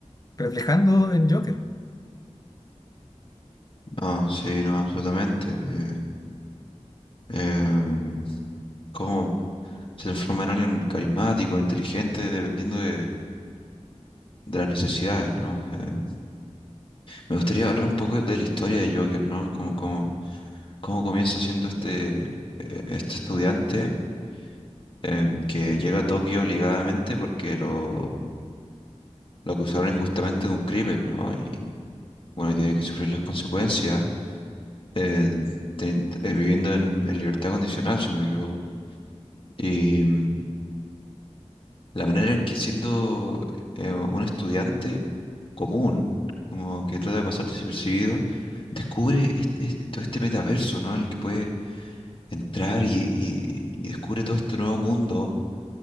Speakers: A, on the left; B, on the left.
A: reflejando en Joker.
B: No, sí, no, absolutamente. Eh, em, cómo se transforma en alguien carismático, inteligente, dependiendo de, de las necesidades, ¿no? Em, me gustaría hablar un poco de la historia de Joker, ¿no? Cómo, cómo, cómo comienza siendo este, eh, este estudiante em, que llega a Tokio obligadamente porque lo, lo acusaron injustamente de un crimen, ¿no? Y bueno, y tiene que sufrir las consecuencias. eh, ten- eh, viviendo en, en libertad condicional, si no me equivoco. Y mm, la manera en que siendo eh, un estudiante común, como que trata de pasar desapercibido, descubre este- este- todo este metaverso, ¿no? En el que puede entrar y, y- y descubre todo este nuevo mundo,